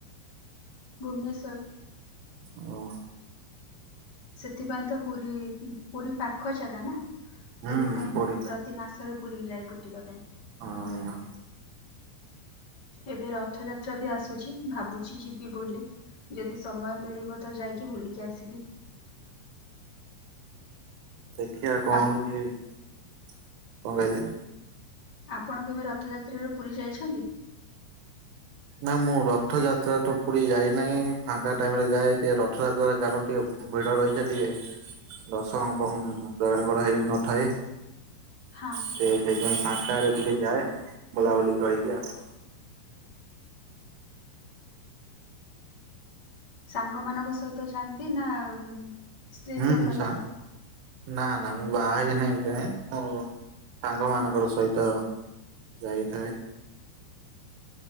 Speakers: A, on the left; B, on the right.
A: ଭୁବନେଶ୍ୱର।
B: ଓ।
A: ସେଥିପାଇଁ ତ ପୁରୀ ପୁରୀ ପାଖ ଜାଗା ନା
B: ହୁଁ
A: ସେଥିପାଇଁ
B: ପଡି
A: <inaudible> ପ୍ରତି ମାସରେ ପୁରୀ ଯାଏ ବୁଲିବା ପାଇଁ।
B: ଅହ ହ।
A: ଏବେ ରଥଯାତ୍ରା ବି ଆସୁଛି ଭାବୁଛି ଯିବି ବୋଲି? ଯଦି ସମୟ ମିଳିବ ତ ଯାଇକି ବୁଲିକି ଆସିବି?
B: ଦେଖିବା କଣ
A: ଆପଣ
B: ହଉଛି କଣ କହିଲେ?
A: ଆପଣ କେବେ ରଥଯାତ୍ରାରେ ପୁରୀ ଯାଇଛନ୍ତି?
B: ନା ମୁଁ ରଥଯାତ୍ରା ତ ପୁରୀ ଯାଇନାହିଁ ଫାଙ୍କା ଟାଇମରେ ଯାଏ ଟେ ରଥଯାତ୍ରାର କାରଣଟି ହବ ଭିଡ଼ ରହିଥାଏ ଟିକେ ଦଶନ କମ୍ ଜଗାଙ୍କର ହେଇନଥାଏ।
A: ହାଁ।
B: ସେ ସେଇପାଇଁ ଫାଙ୍କାହେଲେ ଟିକେ ଯାଏ ବୁଲାବୁଲି କରିକି ଆସେ।
A: ସାଙ୍ଗ ମାନଙ୍କ ସହିତ ଯାଆନ୍ତି ନା ସ୍ତ୍ରୀ
B: ହୁଁ
A: ସହିତ
B: ସା
A: ଯାଆନ୍ତି?
B: ନା ନା ମୁଁ ବାହା ହେଇନାହିଁ ଏ ଯାଏଁ ମୋ ସାଙ୍ଗ ମାନଙ୍କର ସହିତ ଯାଇଥାଏ।